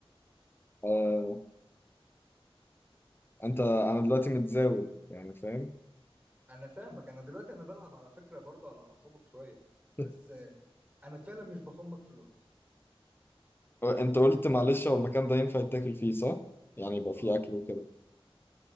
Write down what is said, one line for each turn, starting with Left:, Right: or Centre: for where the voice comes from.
Left: آه، أنت أنا دلوقتي متزاول يعني فاهم
Right: انا فاهمك انا دلوقتي انا بلعب على فكرة برضو على اعصابك شوية
Left: <laughs>
Right: بس آه، انا فعلا مش بخمك في اللوت
Left: هو أنت قلت معلش هو المكان ده ينفع يتاكل فيه صح يعني يبقى
Right: اه
Left: فيه أكل وكده